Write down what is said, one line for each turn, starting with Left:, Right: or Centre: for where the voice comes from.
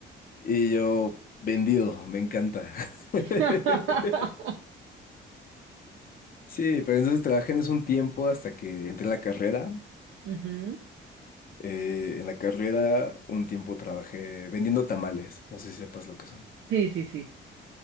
Left: Y yo, vendido, me encanta. <laughs>
Right: <laughs>
Left: Sí, pero entonces trabajé en eso un tiempo hasta que entré a la carrera.
Right: Ujú.
Left: Eh, en la carrera un tiempo trabajé vendiendo tamales, no sé si sepas lo que son.
Right: Sí, sí, sí.